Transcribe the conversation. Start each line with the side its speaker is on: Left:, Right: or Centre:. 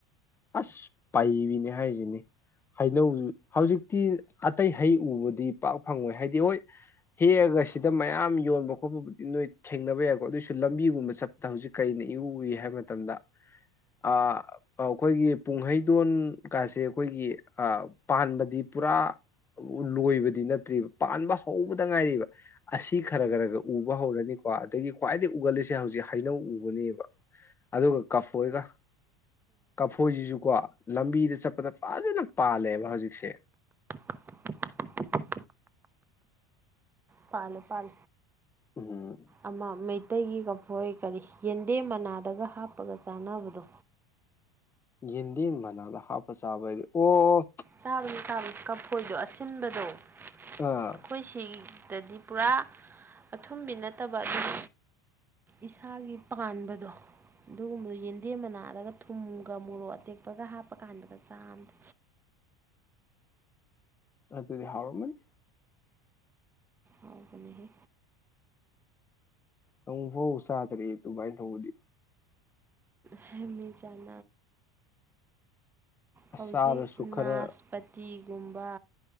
Left: ꯑꯁ ꯄꯥꯏꯕꯤꯅꯦ ꯍꯥꯏꯁꯤꯅꯦ ꯍꯩꯅꯧ ꯍꯧꯖꯤꯛꯇꯤ ꯑꯇꯩ ꯍꯩ ꯎꯕꯗꯤ ꯄꯥꯛ ꯐꯪꯉꯣꯏ ꯍꯥꯏꯗꯤ ꯍꯣꯏ ꯍꯦꯛꯑꯒ ꯁꯤꯗ ꯃꯌꯥꯝ ꯌꯣꯟꯕ ꯈꯣꯠꯄꯕꯨꯗꯤ ꯅꯣꯏ ꯊꯦꯡꯅꯕ ꯌꯥꯏꯀꯣ ꯑꯗꯨꯑꯣꯏꯁꯨ ꯂꯝꯕꯤꯒꯨꯝꯕ ꯆꯠꯄꯗ ꯍꯧꯖꯤꯛ ꯀꯔꯤꯅꯤ ꯏ ꯍꯥꯏꯕ ꯃꯇꯝꯗ ꯑ ꯑꯩꯈꯣꯏꯒꯤ ꯄꯨꯡꯍꯩꯗꯣꯟ ꯀꯥꯁꯦ ꯑꯩꯈꯣꯏꯒꯤ ꯄꯥꯟꯕꯗꯤ ꯄꯨꯔꯥ ꯂꯣꯏꯕꯗꯤ ꯅꯠꯇ꯭ꯔꯤꯕ ꯄꯥꯟꯕ ꯍꯧꯕꯗ ꯉꯥꯏꯔꯤꯕ ꯑꯁꯤ ꯈꯔ ꯈꯔ ꯈ ꯎꯕ ꯍꯧꯔꯅꯤꯣ ꯀ ꯑꯗꯒꯤ ꯈ꯭ꯋꯥꯏꯗꯒꯤ ꯎꯒꯜꯂꯤꯁꯦ ꯍꯧꯖꯤꯛ ꯍꯩꯅꯧ ꯎꯕꯅꯦꯕ ꯑꯗꯨꯒ ꯀꯐꯣꯏꯒ ꯀꯐꯣꯏꯁꯤꯁꯨꯀꯣ ꯂꯝꯕꯤꯗ ꯆꯠꯄꯗ ꯐꯖꯅ ꯄꯥꯜꯂꯦꯕ ꯍꯧꯖꯤꯛꯁꯦ
Right: <inaudible> ꯄꯥꯜ ꯄꯥꯜ
Left: ꯎꯝ
Right: ꯑ ꯃ ꯑꯇꯩꯒꯤꯒꯐꯣꯏ ꯀꯔꯤ ꯌꯦꯟꯗꯦꯝ ꯃꯅꯥꯗꯒ ꯍꯥꯞꯄꯒ ꯆꯥꯅꯕꯗꯣ
Left: ꯍꯗꯤ ꯃꯅꯥꯗ ꯍꯥꯄ ꯁꯥꯕꯗꯤ ꯑꯣ
Right: ꯆꯥꯕꯗ ꯆꯥꯕꯒꯤ ꯀꯥꯡꯝꯐꯣꯏꯗꯣ ꯑꯁꯤꯟꯕꯗꯣ ꯑꯩꯈꯣꯏ
Left: ꯑꯥ
Right: ꯁꯤꯒꯤ ꯗꯗꯤ ꯄꯨꯔꯥ ꯑꯊꯨꯝꯕꯤ ꯅꯠꯇꯕ ꯑꯗꯨꯝ ꯏꯁꯥꯒꯤ ꯄꯥꯟꯕꯗꯣ ꯑꯗꯨꯒꯨꯝꯕꯗꯨ ꯌꯦꯟꯗꯦꯝ ꯑꯃ ꯅꯥꯑꯔꯒ ꯊꯨꯝꯒ ꯃꯣꯔꯣꯛ ꯑꯇꯦꯛꯄꯒ ꯍꯥꯞꯄ ꯀꯥꯟꯗꯒ ꯆꯥꯗ
Left: ꯑ ꯑꯗꯨꯗꯤ ꯍꯥꯥꯎ ꯃꯅꯤ
Right: ꯑꯥꯎꯕꯅꯤ
Left: ꯅꯪ ꯐꯥꯎ ꯆꯥꯗ꯭ꯔꯦ ꯑꯗꯨꯃꯥꯏꯅ ꯇꯧꯕꯗꯤ
Right: ꯍꯃꯤꯃꯦ ꯆꯝ ꯍꯧꯖꯤꯛ
Left: ꯑꯁ ꯆꯥꯔꯁꯨ ꯈꯔ
Right: ꯅꯥꯁꯄꯇꯤꯒꯨꯝꯕ